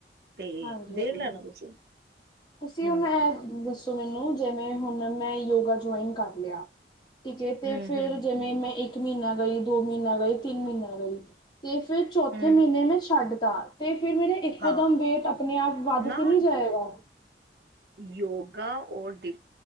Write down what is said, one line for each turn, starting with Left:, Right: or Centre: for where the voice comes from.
Right: ਤੇ
Left: ਹਾਂਜੀ
Right: ਦੇਖ
Left: ਹਾਂਜੀ
Right: ਲੈਣਾ ਤੁਸੀਂ
Left: ਤੁਸੀਂ
Right: ਹੂੰ
Left: ਹੁਣ ਦੱਸੋ ਮੈਨੂੰ ਜਿਵੇਂ ਹੁਣ ਮੈਂ ਯੋਗਾ ਜੁਆਇਨ ਕਰ ਲਿਆ ਠੀਕ ਹੈ ਤੇ
Right: ਹੂੰ
Left: ਫੇਿਰ
Right: ਹੂੰ
Left: ਜਿਵੇਂ ਮੈਂ ਇੱਕ ਮਹੀਨਾ ਗਈ ਦੋ ਮਹੀਨਾ ਗਈ ਤਿੰਨ ਮਹੀਨਾ ਗਈ ਤੇ ਫੇਰ ਚੌਥੇ
Right: ਹੂੰ
Left: ਮਹੀਨੇ ਮੈਂ ਛੱਡ ਤਾ, ਤੇ ਫਿਰ ਮੇਰੇ ਇੱਕਦਮ
Right: ਹਾਂ
Left: ਵੇਟ ਆਪਣੇ ਆਪ ਵੱਧ
Right: ਨਾ
Left: ਤੇ ਨੀ ਜਾਏਗਾ
Right: ਯੋਗਾ ਔਰ ਡ